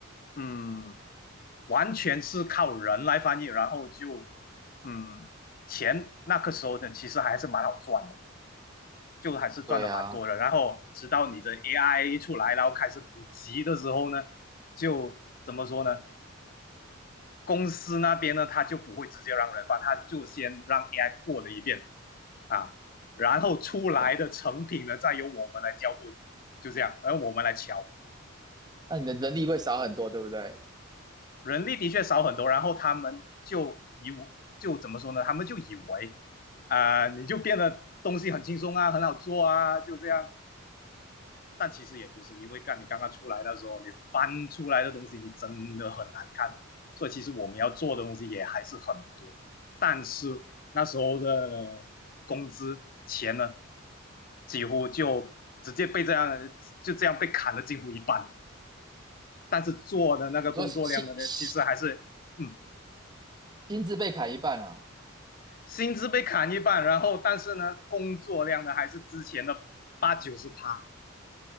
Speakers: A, on the left (about 45°); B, on the right (about 20°).
A: 嗯，完全是靠人来翻译，然后就嗯，钱那个时候呢，其实还是蛮好赚的，就还是赚的蛮多的。
B: 对啊，
A: 然后直到你的 AI 出来，然后开始普及的时候呢，就怎么说呢？公司那边呢，他就不会直接让人翻，他就先让 AI 过了一遍，啊，然后出来的成品呢，
B: 哎，
A: 再由我们来校对，就这样，而我们来瞧，
B: 那你的人力会少很多，对不对？
A: 人力的确少很多，然后他们就以就怎么说呢？他们就以为啊、呃你就变得东西很轻松啊，很好做啊，就这样但其实也不是，因为干你刚刚出来的时候，你翻出来的东西你真的很难看，所以其实我们要做的东西也还是很多，但是那时候的工资钱呢，几乎就直接被这样就这样被砍了几乎一半，但是做的那个工作量的呢，
B: 你说心心
A: 其实还是嗯，
B: 心资被砍一半啊
A: 薪资被砍一半，然后但是呢，工作量呢还是之前的八九十趴，